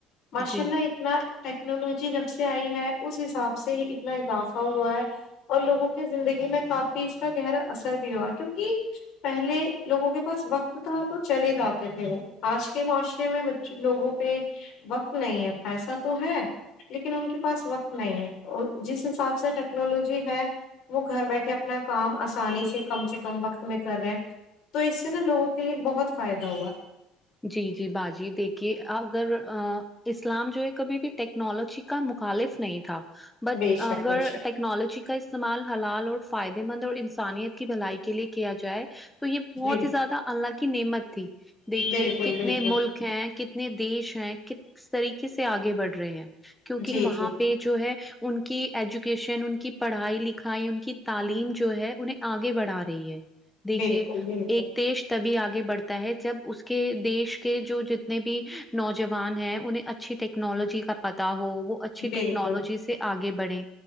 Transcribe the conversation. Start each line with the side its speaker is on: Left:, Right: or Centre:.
Left: ماشاء
Centre: جی
Left: اللہ اتنا ٹیکنالوجی جب سے آئی ہے اس حساب سے سے اتنا اضافہ ہوا ہے اور لوگوں کے زندگی میں کافی اس کا گہرا اثر بھی ہوا کیونکہ پہلے لوگوں کے پاس وقت تھا تو چلے جاتے تھے وہ آج کے معاشرے میں کچھ لوگوں پہ وقت نہیں ہے پیسہ تو ہے لیکن ان کے پاس وقت نہیں ہے اور جس حساب سے ٹیکنالوجی ہے وہ گھر بیٹھے اپنا کام آسانی سے کم سے کم وقت میں کر رہے ہیں تو اس سے نا لوگوں کے لیے بہت فائدہ ہوا
Centre: جی جی باجی دیکھیے اگر اسلام جو ہے کبھی بھی ٹیکنالوجی کا مخالف نہیں تھا بٹ
Left: بے شک
Centre: اگر
Left: بے شک
Centre: ٹیک ٹیکنالوجی کا استعمال حلال اور فائدے مند اور انسانیت کی بھلائی کے لیے کیا جائے تو یہ بہت
Left: جی
Centre: ہی زیادہ اللہ کی نعمت تھی دیک
Left: بالکل بالکل
Centre: ملک ہیں کتنے دیش ہیں کس طریقے سے آگے بڑھ رہے ہیں کیونکہ
Left: جی
Centre: وہاں
Left: جی
Centre: پہ جو ہے ان کی ایجوکیشن ان کی پڑھائی لکھائی ان کی تعلیم جو ہے انہیں آگے بڑھا رہی ہے دیکھیے
Left: بالکل بالکل
Centre: ایک دیش تبھی آگے بڑھتا ہے جب اس کہ دیش کے جو جتنے بھی نوجوان ہیں انہیں اچھی ٹیکنالوجی کا پتا ہو وہ اچھی
Left: بالکل
Centre: ٹیکنالوجی سے آگے بڑے